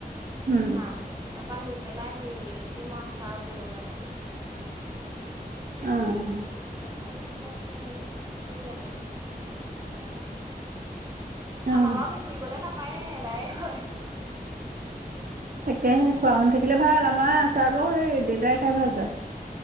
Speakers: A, on the right; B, on the right.
A: উম,
B: মাহতে তাৰপা নি। পেলাই সেই এইটোকে মই আচাৰত দিলোগে অকমান।
A: অ',
B: ভিনেগাৰ ক দি পেলাই তেতিয়া হেৰি হয় মানে নেৱেকুৱে মানে হেৰি থাকি যায় ভাল হৈ থাকে।
A: অ', অ',
B: আমাবা সেই ভেকুৰিবলে নাপায়ে এদায়ে হয়।
A: তাকেহে খোৱা শুন থাকিলে ভাল আমাৰ চাৰ ব স দেউতাই খাই ভাল পায়।